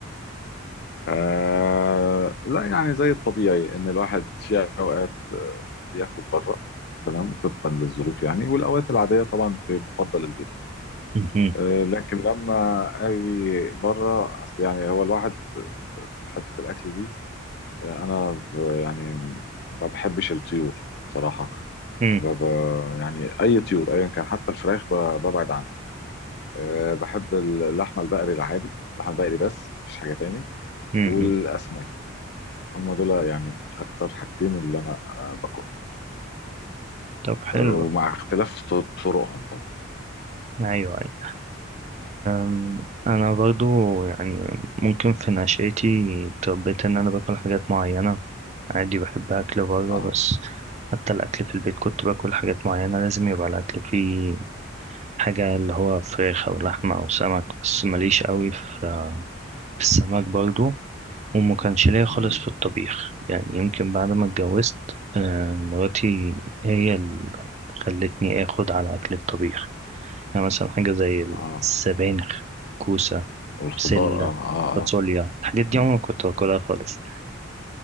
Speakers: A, on the left (about 55°); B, on the right (about 35°).
A: آه لا يعني زي الطبيعي ان الواحد في اوقات آه، بياكل بره تمام طبقا للظروف يعني والاوقات العاديه طبعا ب- بفضل البيت
B: مهم.
A: آه لكن لما اجي بره اصل يعني هو الواحد في حته الاكل دي آه، انا ب- يعني ما بحبش الطيور صراحه
B: مم.
A: ب- ب- يعني اي طيور ايا كان حتى الفراخ ب- ببعد عنها آه، بحب اللحمه البقري العادي اللحمه البقري بس مفيش حاجه تاني
B: مم.
A: والاسماك هم دول يعني اكتر حاجتين اللي انا آه، باكلهم
B: طب حلو
A: ومع اختلاف ط- طرقهم طبعا
B: أيوه أيوه أم، أنا برضو يعني ممكن في نشأتي اتربيت إن أنا باكل حاجات معينة عادي بحب أكل برا
A: اه
B: بس حتى الأكل في البيت كنت باكل حاجات معينة لازم يبقى الأكل فيه حاجة اللي هو فراخ أو لحمة أو سمك بس ماليش قوي في في السمك برضو وما كانش ليا خالص
A: مم.
B: في الطبيخ يعني يمكن بعد ما اتجوزت آه، مراتي هي اللي خلتني آخد على أكل الطبيخ يعني مثلا حاجة زي
A: اه
B: السبانخ كوسة
A: والخضار
B: بسلة
A: اه اه
B: فاصوليا
A: اه
B: الحاجات دي
A: مم.
B: عمري ما كنت باكلها خالص